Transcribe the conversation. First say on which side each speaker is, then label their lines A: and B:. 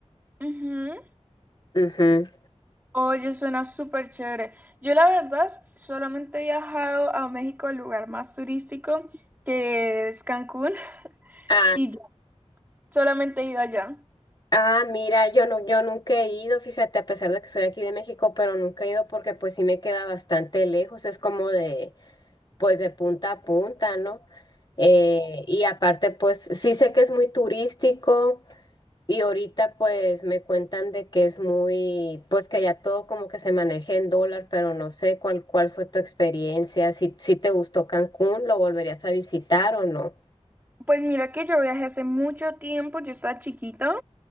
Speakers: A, on the right; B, on the left.
A: Ujú.
B: Ujú.
A: Oye, suena súper chévere. Yo la verdad solamente he viajado a México, al lugar más turístico, que es Cancún, <laughs>
B: Ah,
A: y ya, solamente he ido allá.
B: Ah, mira, yo no, yo nunca he ido, fíjate, a pesar de que soy aquí de México, pero nunca he ido porque pues sí me queda bastante lejos, es como de, pues de punta a punta, ¿no? Eh, y aparte, pues sí sé que es muy turístico y ahorita pues me cuentan de que es muy, pues que ya todo como que se maneja en dólar, pero no sé cuál, cuál fue tu experiencia, si, si te gustó Cancún, ¿lo volverías a visitar o no?
A: Pues mira que yo viajé hace mucho tiempo, yo estaba chiquita,